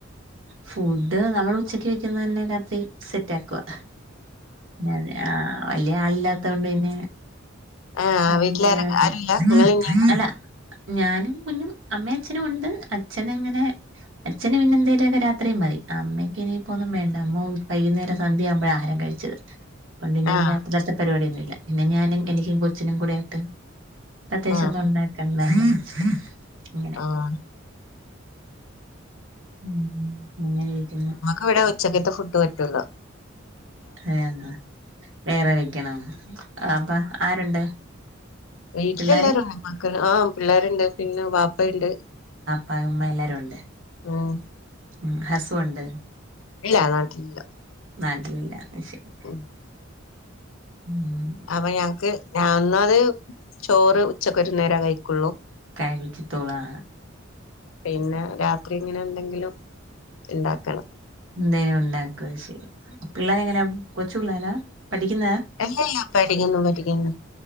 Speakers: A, on the right; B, on the left.
A: ഫുഡ് നമ്മള് ഉച്ചക്ക് വെക്കുന്നന്നെ രാത്രി സെറ്റ് ആക്ക്വ ആഹ് ല്യേ ആളില്ലാത്തോണ്ട് പിന്നെ
B: ആഹ്
A: അ <unintelligible>
B: വീട്ടിലാരൊക്കെ
A: എന്തേലു
B: ആരുല്ല
A: <unintelligible>
B: ഇങ്ങള് തന്നെയാണോ
A: അല്ല ഞാനും കുഞ്ഞും അമ്മേ അച്ഛനും ഉണ്ട് അച്ഛനങ്ങനെ അച്ഛന് പിന്നെ എന്തേലൊക്കെ രാത്രി മതി. അമ്മയ്ക്ക് ഇനിയിപ്പൊന്നും വേണ്ട. മോൾ വൈകുന്നേര സന്ധ്യ ആവുമ്പഴ ആഹാരം കഴി ക്കെല് കൊണ്ട് ഇനി
B: ആഹ്
A: രാത്രികത്തെ പരിവാടി ഒന്നുല്ല. പിന്നെ ഞാനും എനിക്കും കൊച്ചിനുംകുടെ ആയിട്ട് പ്രത്യേകിച്ചൊന്നും
B: ആഹ്
A: ഉണ്ടാക്കണ്ടല്ലോ <inaudible> അങ്ങനെ
B: ആഹ്
A: ഉം ഉം <unintelligible>
B: ഇവടെ ഉച്ചക്കത്തെ ഫുഡ് പറ്റൊള്ളു
A: ഏഹ് വേറെ വെക്കണോ. അപ്പൊ ആരുണ്ട്
B: വീട്ടില്
A: പിള്ളേര്
B: എല്ലാരും <unintelligible> ഉമിം മക്കളു ആഹ് പിള്ളേര്ണ്ട് പിന്നെ വാപ്പയ്ണ്ട്
A: ഇപ്പ ഉമ്മ എല്ലാരും ഉണ്ട്
B: ഉം
A: ഉം ഹസും ഉണ്ട്
B: ഇല്ല നാട്ടിലില്ല
A: നാട്ടിലില്ല അഹ് ശെരി
B: ഉം
A: ഉം
B: അപ്പൊ ഞങ്ങക്ക് ഒന്നാത് ചോറ് ഉച്ചക്ക് ഒരു നേര കഴിക്കൊള്ളൂ
A: കയിവിച്ചിത്തോളാ
B: പിന്നെ രാത്രിങ്ങനെ എന്തെങ്കിലും ഇണ്ടാക്കണം
A: എന്തേലും ഉണ്ടാക്കും അയ്ശെരി. പിള്ളേരെ എങ്ങനെയാ കൊച്ചു പിള്ളേരാ പഠിക്കുന്നെ
B: അല്ലല്ല പഠിക്ക്ന്ന് പഠിക്ക്ന്ന്